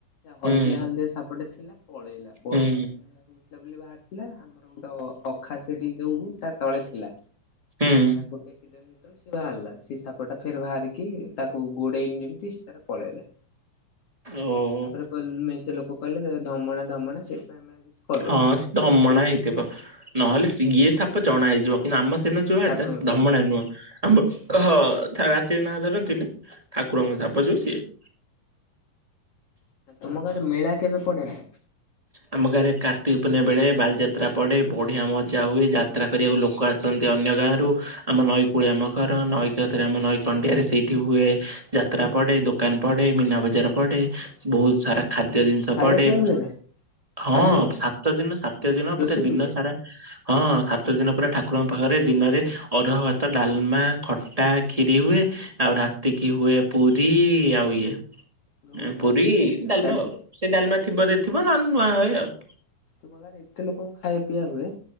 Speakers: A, on the left; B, on the right.
A: ହଳଦିଆ
B: ହୁଁ
A: ହଳଦିଆ ସାପଟେ ଥିଲା। ପଳେଇଲା ବର୍ଷାରେ
B: ହୁଁ
A: ରହୁଥିଲା ବୋଲି ବାହାରିଥିଲା ତ ଅଖା ସେଇଠି ଯୋଗକୁ ତା ତଳେ ଥିଲା
B: ହୁଁ
A: ତାକୁ ଟେକି ଦେମି ସି ବାହାରିଲା ସେ ସାପଟା ଫେରେ ବାହାରିକି ତାକୁ ଗୋଡେଇନି ଯେମିତି ସେ ତାର ପଳେଇଲା।
B: ଓ
A: ତାପରେ କହି ମେଞ୍ଚେ ଲୋକ କହିଲେ ସେ ଧମଣା ଧମଣା ସେଇଥିପାଇଁ ଆମେ ଆଉ କିଛି କଲୁନୁ
B: ହଁ ସେ ଦମଣା ହେଇଥିବ ନହେଲେ ଇଏ ସାପ ଜଣା ହେଇଯିବ କିନ୍ତୁ ଆମ ସେଇନ ଯୋଉତ
A: ଠାକୁରଙ୍କ ସାପ
B: ଧମଣା ନୁହଁ ଆମ ହଁ ରାତିରେ ନାଁ ଧରନ୍ତିନି ଠାକୁରଙ୍କ ସାପ ଯଉ ସିଏ। <inaudible>
A: ତୁମ ଗାଁରେ ମେଳା କେବେ ପଡେରା।
B: ଆମ ଗାଁରେ କାର୍ତ୍ତିକ ପୂର୍ଣ୍ଣିମା ବେଳେ ବାଲିଯାତ୍ରା ପଡେ ବଢିଆ ମଜା ହୁଏ ଯାତ୍ରା କରିବାକୁ ଲୋକ ଆସନ୍ତି ଅନ୍ୟ ଗାଁ ରରୁ ଆମ ନଈ କୂଳି ଆମ ଘର ନଈକରେ ଆମ ନଈକଣ୍ଡିଆରେ ସେଇଠି ହୁଏ ଯାତ୍ରା ପଡେ ଦୋକାନ ପଡେ ମୀନା ବଜାର ପଡେ ବହୁତ ସାରା ଖାଦ୍ୟ ଜିନିଷ
A: ଖାଇବା
B: ପଡେ
A: ପିଇବା ହୁଏ ନା
B: ହଁ
A: ଖାଦ୍ୟ
B: ସାତ ଦିନ ସାତ ଦିନ
A: ରୋଷେଇ
B: ପୁର ଦିନ
A: ହୁଏ
B: ସାରା ହଁ ସାତ ଦିନ ପୁରା ଠାକୁରଙ୍କ ପାଖରେ ଦିନରେ ଅରୁଆ ଭାତ ଡାଲମା ଖଟା କ୍ଷିରି ହୁଏ ଆଉ ରାତିକି ହୁଏ ପୁରୀ ଆଉ ଇଏ
A: ଘୁଗୁନି
B: ପୁରୀ
A: ନା
B: ଡ଼ାଲମା
A: ଡାଲି
B: ଆଉ ସେ ଡ଼ାଲମା ଥିବ ଯଦି ଥିବ ନହଲେ ନୂଆ ହୁଏ ଆଉ।
A: ତୁମ ଘରେ ଏତେ ଲୋକଙ୍କୁ ଖାଇବା ପିଇବା ହୁଏ?